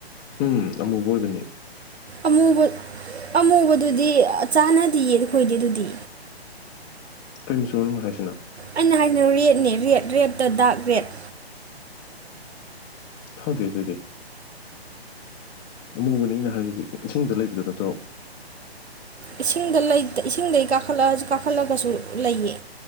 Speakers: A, on the left (about 20°); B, on the right (about 80°).
A: ꯎꯝ ꯑꯃꯨꯕ ꯑꯣꯏꯕꯅꯦ
B: ꯑꯃꯨꯕ ꯑꯃꯨꯕꯗꯨꯗꯤ ꯑ ꯆꯥꯟꯅꯗꯤꯌꯦ ꯑꯈꯣꯏꯗꯤ ꯑꯗꯨꯗꯤ
A: ꯀꯩ ꯃꯆꯨꯅꯣ ꯅꯪꯅ ꯍꯥꯏꯁꯤꯅ
B: ꯑꯩꯅ ꯍꯥꯏꯖꯤꯅ ꯔꯦꯗꯅꯦ ꯔꯦꯗ ꯔꯦꯗꯇ ꯗꯥꯛ ꯔꯦꯗ
A: ꯈꯪꯗꯦ ꯑꯗꯨꯗꯤ ꯑꯃꯨꯕꯅꯦ ꯑꯩꯅ ꯍꯥꯏꯖꯤꯗꯤ ꯏꯁꯤꯡꯗ ꯂꯩꯕꯗꯣ ꯅꯠꯇ꯭ꯔꯣ
B: ꯏꯁꯤꯡꯗ ꯂꯩꯇ ꯏꯁꯤꯡꯗꯩ ꯀꯥꯈꯠꯂꯑꯖꯨ ꯀꯥꯈꯠꯂꯒꯁꯨ ꯂꯩꯌꯦ